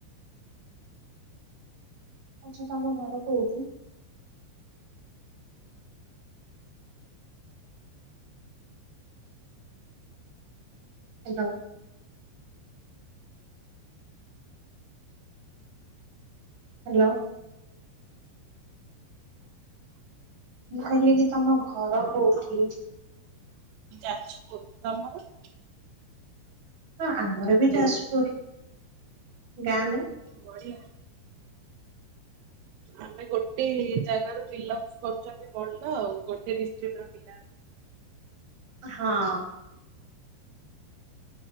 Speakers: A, on the right (about 40°); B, on the right (about 85°).
A: ଆଚ୍ଛା ତମ ଘର କଉଠି ହ୍ୟାଲୋ ହ୍ୟାଲୋ ମୁଁ କହିଲି କି ତମ ଘର କୋଉଠି
B: ଯାଛି <unintelligible> ତମର
A: ହଁ ଆମର ବି ଯାଜପୁର ଗାଁ ନା
B: ବଢିଆ ଆମେ ଗୋଟେ ଜାଗା ର ବିଲଙ୍ଗ କରୁଛନ୍ତି ମଲଣ୍ଡ ଆଉ ଗୋଟେ ଡିଷ୍ଟ୍ରିକ୍ଟ ର ପିଲା
A: ହଁ